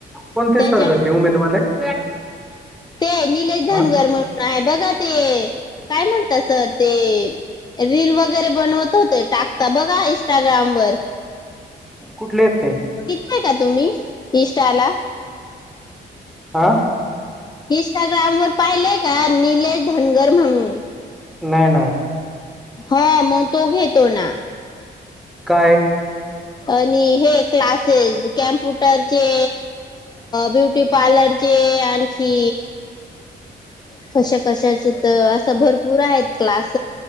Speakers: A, in the centre; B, on the left.
A: कोणते
B: त्याच्या
A: वर्ग ते उमेदवार आहेत
B: ते निलेश धनगर
A: हा?
B: म्हणून आहे. बघा ते काय म्हणत सर ते, रील वगैरे बनवत होते टाकता बघा इंस्टाग्राम वर,
A: कुठले आहे ते
B: तिथय का तुम्ही इन्स्टा आला.
A: हा
B: इनंस्टाग्राम वर पाहिलेय का निलेश धनगर म्हणून,
A: नाही नाही.
B: हो मग तो घेतो ना.
A: काय
B: आणि हे क्लासेस कॅम्प्युटरचे, ब्युटी पार्लरचे तेचे आणखी कशा कशाच तर असं भरपूर आहेत क्लास